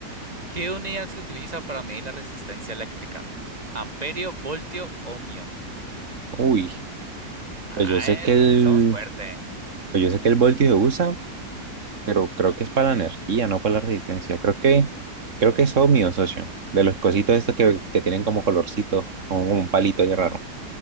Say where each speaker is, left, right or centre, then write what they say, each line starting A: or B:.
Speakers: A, on the right (about 20°); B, on the right (about 45°).
A: ¿Qué unidad se utiliza para medir la resistencia eléctrica? ¿Amperio, voltio, ohmio?
B: Uy,
A: Ah,
B: pues yo sé que
A: eh,
B: el,
A: comenzamos fuerte.
B: pues yo sé que el voltio se usa, pero creo que es para la energía, no para la resistencia. Creo que, creo que es ohmio, socio. De los cositos estos que, que tienen como colorcito, como un palito ahí raro,